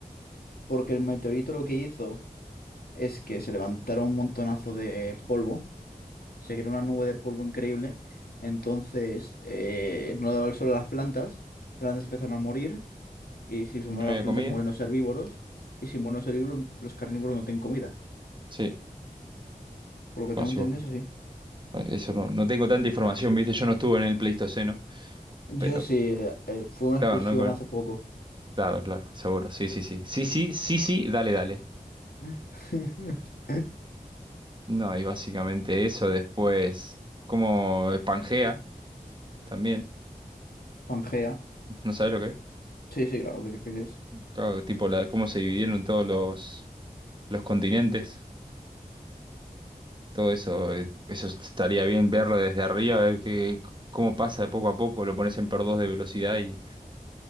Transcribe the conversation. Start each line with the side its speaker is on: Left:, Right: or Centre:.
Left: porque el meteorito lo que hizo es que se levantaron un montonazo de polvo, se creó una nube de polvo increíble, entonces eh, no le daba el sol a las plantas, las plantas empezaron a morir, y si se mueren
Right: ¿No había
Left: las plantas,
Right: comida?
Left: mueren los herbívoros, y si mueren los herbívoros, los carnívoros no tienen comida.
Right: Sí,
Left: Por lo que
Right: no,
Left: tengo
Right: sí,
Left: entendido,
Right: vos-
Left: eso sí.
Right: eh, Eso no, no tengo tanta información, ¿viste? Yo no estuve en el Pleistoceno,
Left: Yo
Right: pero
Left: sí, eh, eh, fue una
Right: claro,
Left: excursión
Right: no, con-
Left: hace poco.
Right: claro, claro, seguro. Sí, sí, sí. Sí, sí, sí, sí, dale, dale.
Left: <laughs>
Right: No, y básicamente eso después, como el Pangea también,
Left: Pangea.
Right: ¿no sabes lo que es?
Left: Sí, sí, claro que sí que es.
Right: Claro, tipo la, cómo se dividieron todos los, los continentes. Todo eso, eh, eso estaría bien verlo desde arriba, a ver qué, cómo pasa de poco a poco, lo pones en por dos de velocidad y,